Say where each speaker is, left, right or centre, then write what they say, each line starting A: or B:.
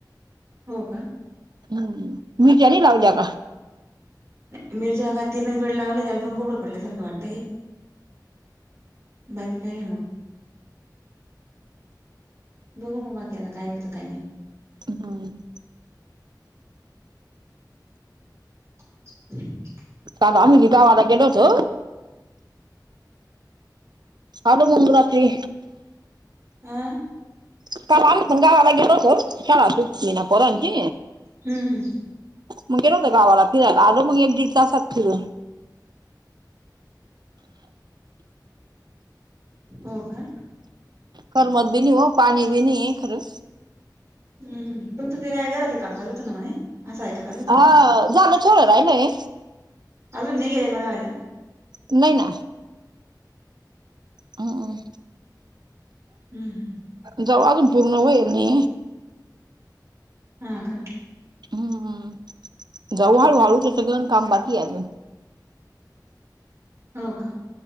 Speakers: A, on the right (about 40°); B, on the right (about 70°).
A: हो का?
B: हम्म मिर्जा नि लाग जा का.
A: मिरच्या हातीनच वेळ लावले त्या पण गोबडं पडले सारखं वाटतंय. बाकी काही क मग. <inaudible> बघ म बाकी आता काय होत काही नाही.
B: हम.
A: <inaudible>
B: काल आम्ही बि गावाला गेलो होतो आलो मंग रात्री
A: हा
B: काल आम्ही पण गावाला गेलो होतो शाळा ना सुटली पोरांची
A: हम्म हम्
B: मग गेलं होतं गावाला फिरायला आलो मग एक दिसात फिरून
A: हो का
B: करमत भी नाही व पाणी भी नाही आहे खरं
A: हम्म तुमचं ते काय घराचं काम चालू होतं ना म्हणे असं ऐकाय आलं तुम्हाला
B: हा झालं थोडं राहिलंय
A: अजून नाही गेले घर व्हायला
B: नाहीय ना.. हम्म
A: हम्म हम्म
B: जवा अजून पूर्ण होईल नी
A: ह का
B: हम्मम्.. जाऊ हाय वाळूच काम बाकी हाय अजून
A: हो का